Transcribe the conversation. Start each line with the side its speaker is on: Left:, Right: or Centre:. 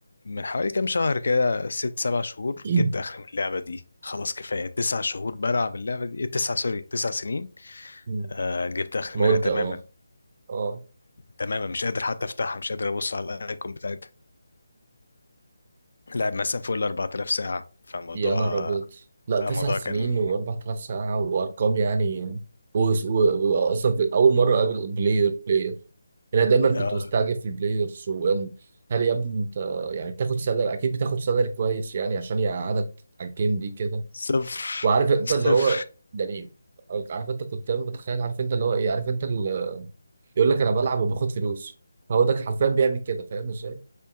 Left: من حوالي كام شهر كده ست سبع شهور
Right: <clears throat>
Left: جبت اخر من اللعبة دي خلاص كفاية تسع شهور بلعب اللعبة دي إيه، تسع سوري تسع سنين
Right: مم.
Left: آه، جبت اخر
Right: مده
Left: منها تماما
Right: اه اه
Left: تماما مش قادر حتى افتحها مش قادر ابص على الايكون بتاعتها لعب مثلا فوق ال 4000 ساعه فموضوع
Right: يا نهار أبيض لا تسع
Left: آه موضوع
Right: سنين
Left: كان
Right: و4000 ساعة وأرقام يعني و- و- وأصلا في أول مرة أقابل بلاير بلاير أنا دايما كنت
Left: آه
Right: مستعجب في البلايرز وهل يا ابني أنت يعني بتاخد سالري أكيد بتاخد سالري كويس يعني عشان يقعدك على الجيم دي كده
Left: صفر
Right: وعارف
Left: <laughs>
Right: أنت اللي
Left: صفر
Right: هو يعني عارف أنت كنت دايما بتخيل عارف أنت اللي هو إيه عارف أنت اللي يقول لك أنا بلعب وباخد فلوس هو ده حرفيا بيعمل كده فاهم إزاي؟